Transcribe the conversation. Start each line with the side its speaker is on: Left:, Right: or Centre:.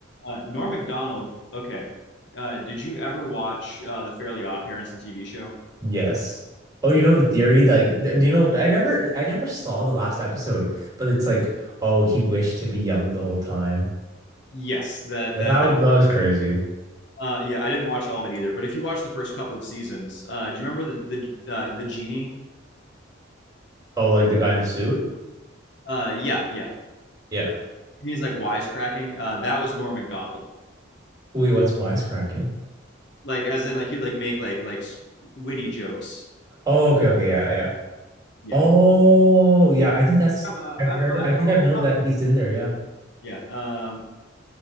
Left: Uh, Norm Macdonald. Okay, uh, did you ever watch uh, the Fairly Odd Parents, the TV show?
Right: Yes. Oh, you know the theory? Like, do you know? I never I never saw the last episode, but it's like, oh, he wished to be young the whole time.
Left: Yes, that
Right: That
Left: that
Right: was- that was crazy.
Left: Uh, yeah, I didn't watch all of it either. But if you watch the first couple of seasons, uh, do you remember the the uh, the genie?
Right: Oh, like the guy in the suit?
Left: Uh, yeah, yeah.
Right: Yeah.
Left: And he's like wisecracking. Uh, that was Norm Macdonald.
Right: Wait, what's wisecracking?
Left: Like, as in, like he'd like make like like witty jokes.
Right: Oh, okay, okay, yeah, yeah.
Left: Yeah,
Right: Oh, yeah. I think that's
Left: I'm, uh, I'm,
Right: I've heard. I think
Left: I'm
Right: I've known
Left: not-
Right: that he's in there. Yeah.
Left: yeah. Um,